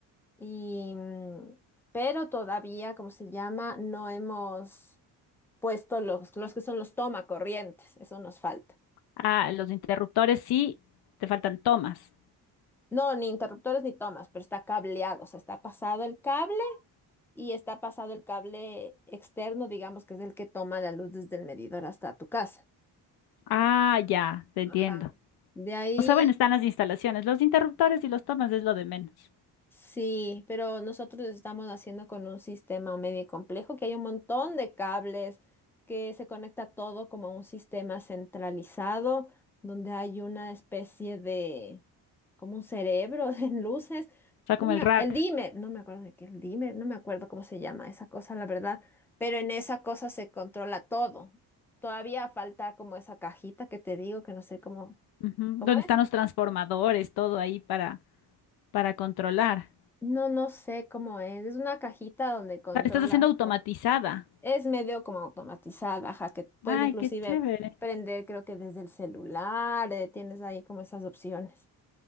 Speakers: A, in the centre; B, on the left (about 65°).
A: Y, mm, pero todavía, como se llama? No hemos puesto los, los que son los toma corrientes, eso nos falta.
B: Ah, los interruptores sí, te faltan tomas.
A: No, ni interruptores ni tomas, pero está cableado, o sea, está pasado el cable y está pasado el cable externo, digamos, que es el que toma la luz desde el medidor hasta tu casa.
B: Ah, ya, te entiendo.
A: Ajá. De ahí
B: O sea, bueno, están las instalaciones, los interruptores y los tomas es lo de menos.
A: Sí, pero nosotros lo estamos haciendo con un sistema medio complejo que hay un montón de cables que se conecta todo como a un sistema centralizado donde hay una especie de como un cerebro <laughs> de luces.
B: O sea, como
A: No me
B: el rack,
A: a- el dimmer, no me acuerdo de qué el dimmer, no me acuerdo cómo se llama esa cosa, la verdad, pero en esa cosa se controla todo. Todavía falta como esa cajita que te digo que no sé cómo
B: ujú,
A: cómo
B: Donde
A: es.
B: están los transformadores, todo ahí para, para controlar.
A: No, no sé cómo es. Es una cajita donde controlas
B: O sea, le estás haciendo automatizada.
A: todo. Es medio como automatizada, ajá, que puedes
B: Ay,
A: inclusive
B: qué chévere.
A: prender, creo que desde el celular, eh, tienes ahí como esas opciones.